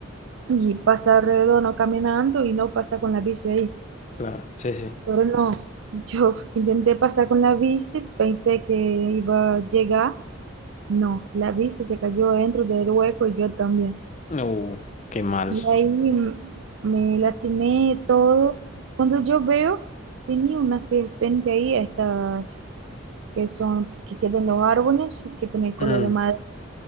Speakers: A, on the right (about 70°); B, on the left (about 35°).
A: y pasar redondo caminando y no pasar con la bici ahí.
B: claro, sí, sí.
A: Pero no, <laughs> yo intenté pasar con la bici, pensé que iba a llegar. No, la bici se cayó dentro del hueco y yo también.
B: Uh, qué mal.
A: Y ahí mm, me lastimé todo. Cuando yo veo, tenía una serpiente ahí, estas que son, que quedan en los árboles, que tienen color
B: Mm.
A: de madera.